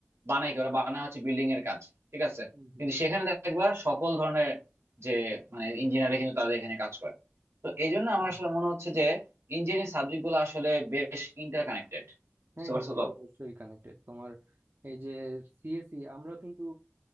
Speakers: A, on the right (about 80°); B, on the right (about 55°).
A: বানায় কি ওরা বানায় হচ্ছে বিল্ডিং এর কাজ ঠিক আছে
B: হুম, হুম,
A: কিন্তু সেখানে দেখবা সকল ধরনের যে মানে ইঞ্জিনিয়াররা কিন্তু তাদের এখানে কাজ করে তো এই জন্য আমার
B: হুম।
A: আসলে মনে হচ্ছে যে ইঞ্জিনিয়ারিং সাবজেক্ট গুলো আসলে বেশ ইন্টার কানেক্টেড
B: হ্যাঁ
A: বুঝতে
B: হ্যাঁ
A: পারছো
B: এটা
A: তো
B: তো অবশ্যই কানেক্টেড তোমার এই যে সিএসি আমরা কিন্তু